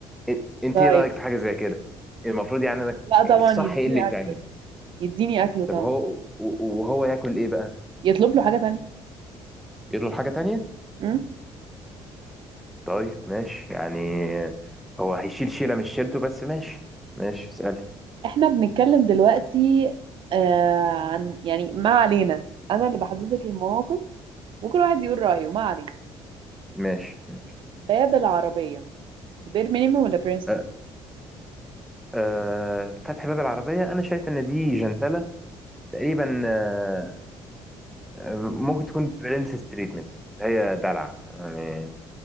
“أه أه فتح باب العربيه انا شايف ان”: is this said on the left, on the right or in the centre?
Centre